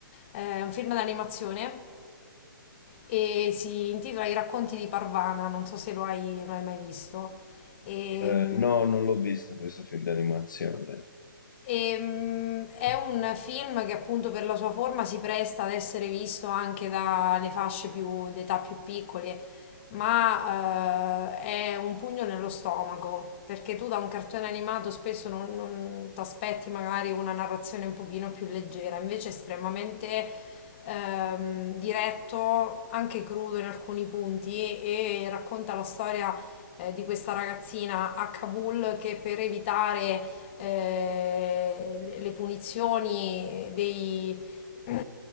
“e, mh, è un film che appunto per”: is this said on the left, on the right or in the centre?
Left